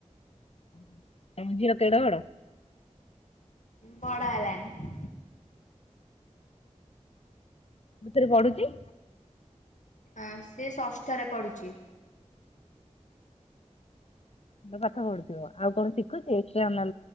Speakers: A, on the left (about 55°); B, on the left (about 80°).
A: ଓହୋ। ତମ ଝିଅ କେଡ଼େ ବଡ଼?
B: ବଡ଼ ହେଲାଣି।
A: କୋଉତିରେ ପଡ଼ୁଚି?
B: ଆଁ ସେ ଷଷ୍ଠରେ ପଢ଼ୁଚି।
A: ପାଠ ପଢୁଥିବ ଆଉ କଣ ଶିଖୁଛି ଏସଟ୍ରା